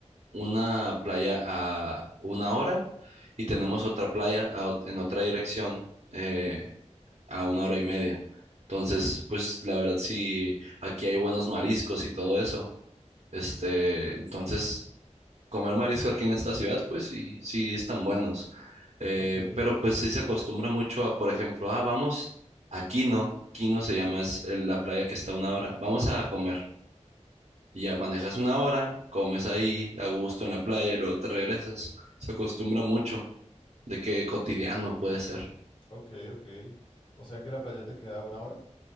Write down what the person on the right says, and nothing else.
una playa a una hora y tenemos otra playa a ot- en otra dirección eh, a una hora y media. Entonces, pues la verdad sí, aquí hay buenos mariscos y todo eso. Este, entonces comer marisco aquí en esta ciudad, pues sí, sí están buenos. Eh,
pero pues sí se acostumbra mucho a, por ejemplo, ah, vamos a Quino, Quino se llama, es eh, la playa que está a una hora, vamos a comer. Y ya manejas una hora, comes ahí a gusto en la playa y luego te regresas. Se acostumbra mucho de que cotidiano puede ser.